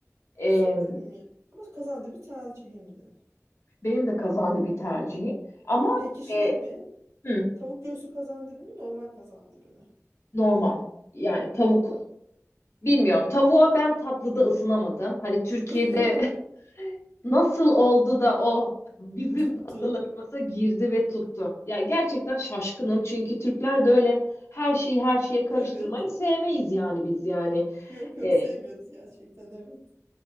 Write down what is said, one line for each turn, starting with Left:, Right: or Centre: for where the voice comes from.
Left: e,
Right: Severim ya. Ama kazandibi bir tercihimdir.
Left: benim de kazandibi tercihim. Ama
Right: Peki şey
Left: e,
Right: mi?
Left: Hı.
Right: Tavuk göğsü kazandibi mi? Normal kazandibi mi?
Left: Normal. Yani tavuk
Right: Normal.
Left: bilmiyorum. Tavuğa ben tatlıda ısınamadım. Hani Türkiye'de
Right: <laughs>
Left: <laughs> nasıl oldu da o bizim
Right: Tuttu.
Left: tatlılarımıza girdi ve tuttu. Ya gerçekten şaşkınım çünkü Türkler de öyle her şeyi her şeye karıştırmayı
Right: Evet.
Left: sevmeyiz yani biz yani.
Right: Yok yok
Left: E,
Right: sevmiyoruz gerçekten evet.